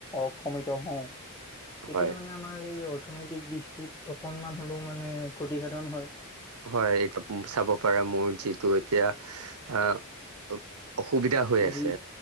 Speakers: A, on the left; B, on the right.
A: অক্ষমিত হওঁ তেতিয়া
B: হয়
A: মানে আমাৰ এই অৰ্থনৈতিক দিশটোত অকনমান হ'লেও মানে ক্ষতিসাধন হয়
B: হয় এতিয়া চাব পাৰা মোৰ যিটো এতিয়া আহ অসুবিধা হৈ আছে
A: যি